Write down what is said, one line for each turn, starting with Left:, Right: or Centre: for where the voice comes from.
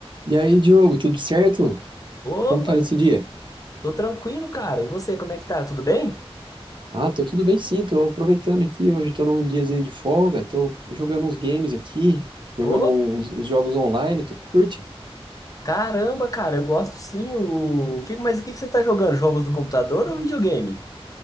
Right: E aí, Diogo, tudo certo?
Left: Opa,
Right: Como tá nesse dia?
Left: tô tranquilo, cara. E você, como é que tá? Tudo bem?
Right: Ah, tô tudo bem sim, tô aproveitando aqui, hoje tô num diazinho de folga, tô jogando uns games aqui, jogando
Left: Ô,
Right: uns, uns jogos online, tu curte?
Left: caramba, cara, eu gosto sim. O... que- Mas o que que você tá jogando? Jogos do computador ou videogame?